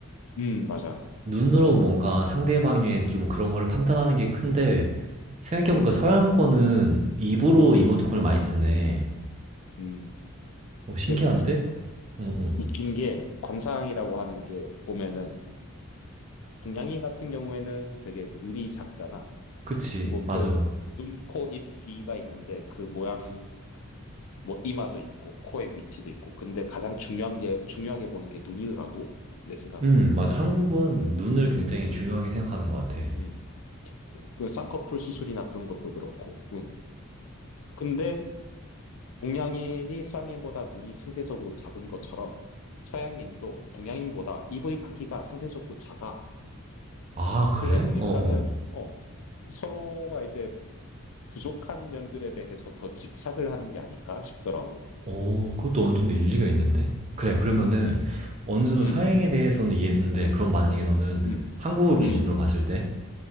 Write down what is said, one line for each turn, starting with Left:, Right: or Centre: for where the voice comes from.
Left: 음, 맞아.
Right: 눈으로 뭔가 상대방의 좀 그런 거를 판단하는 게 큰데, 생각해보니까
Left: 음,
Right: 서양 거는 입으로
Left: 음,
Right: 이모티콘을 많이 쓰네.
Left: 음.
Right: 어, 신기한데?
Left: 근데
Right: 응, 응.
Left: 웃긴 게 관상이라고 하는 게 보면은 동양인 같은 경우에는 되게 눈이 작잖아.
Right: 그치,
Left: 뭐
Right: 맞아.
Left: 그 눈, 코, 입, 귀가 있는데 그 모양 뭐 이마도 있고 코의 위치도 있고 근데 가장 중요한 게 중요하게 보는 게 눈이더라고 내 생각으론.
Right: 음, 맞아. 한국은 눈을
Left: 음,
Right: 굉장히 중요하게
Left: 음.
Right: 생각하는 것 같아.
Left: 음. 그 쌍꺼풀 수술이나 그런 것도 그렇고. 음. 근데 동양인이 서양인보다 눈이 상대적으로 작은 것처럼 서양인도 동양인보다 입의 크기가 상대적으로 작아.
Right: 아, 그래?
Left: 그러다 보니까는
Right: 어어. 어,
Left: 어, 서로가 이제 부족한 면들에 대해서 더 집착을 하는 게 아닌가 싶더라고.
Right: 어, 그것도 어느 정도 일리가 있는데? 그래, 그러면은
Left: 음,
Right: 어느 정도
Left: 음,
Right: 서양에 대해서는 이해했는데, 그럼 만약에 너는
Left: 음,
Right: 한국을 기준으로
Left: 음,
Right: 봤을 때,